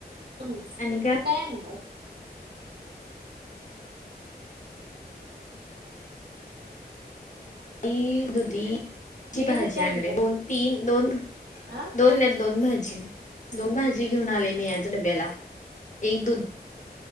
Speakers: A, on the right; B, on the left.
A: तू
B: आणि काय?
A: तू काय आणल्यास.
B: मी दुधीची भाजी
A: कशाची आणलेस
B: आणले, दोन-तीन दोन
A: हा
B: दोन येत दोन भाजी, दोन भाजी घेऊन आलेय, मी आज डब्याला एक दूध